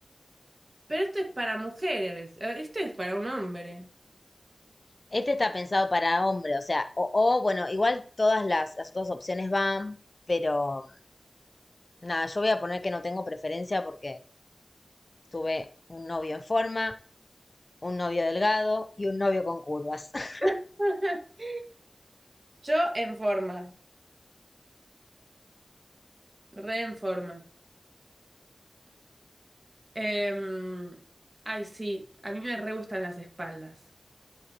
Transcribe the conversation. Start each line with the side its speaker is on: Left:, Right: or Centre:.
Right: pero esto es para mujeres, eh, esto es para un hombre.
Left: Este está pensado para hombre, o sea, o, o, bueno, igual todas las, las otras opciones van, pero mm, nada, yo voy a poner que no tengo preferencia porque tuve un novio en forma, un novio delgado y un novio con curvas. <laughs>
Right: <laughs> Yo en forma, re en forma. Em, ay, sí, a mí me re gustan las espaldas.